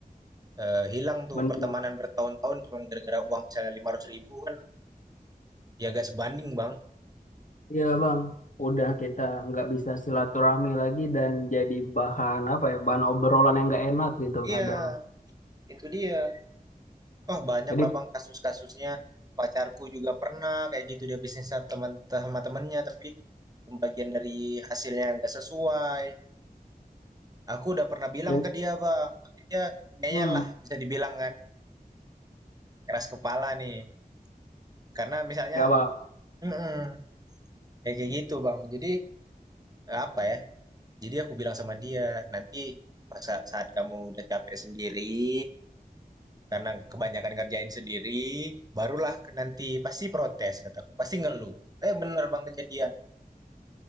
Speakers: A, on the right; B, on the left.
A: Eh, hilang tuh
B: Bener.
A: pertemanan bertahun-tahun cuman gara-gara uang misalnya lima ratus ribu kan ya gak sebanding Bang.
B: Iya bang, udah kita nggak bisa silaturahmi lagi dan jadi bahan apa ya, bahan obrolan yang nggak enak gitu
A: Iya,
B: kadang.
A: itu dia. Oh, banyak
B: Jadi
A: lah Bang kasus-kasusnya. Pacarku juga pernah kayak gitu dia bisnis sama teman sama temennya tapi pembagian dari hasilnya nggak sesuai. Aku udah pernah bilang
B: ya
A: ke dia Bang, tapi dia ngeyel
B: hmm,
A: lah bisa dibilang kan keras kepala nih. Karena misalnya
B: nggak apa.
A: mm-mm, kayak kayak gitu Bang. Jadi apa ya? Jadi aku bilang sama dia nanti pas sa- saat kamu udah capek sendiri karena kebanyakan ngerjain sendiri barulah ke- nanti pasti protes kataku pasti ngeluh eh bener bang kejadian